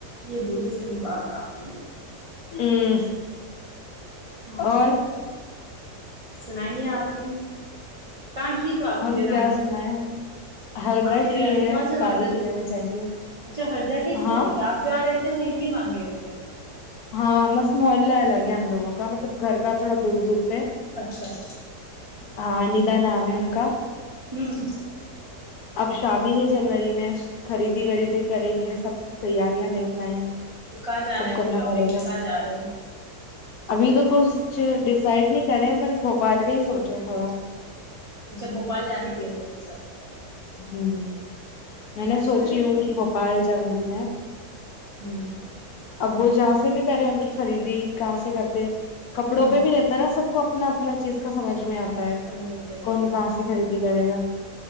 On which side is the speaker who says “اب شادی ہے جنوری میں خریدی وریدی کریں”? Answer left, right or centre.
Left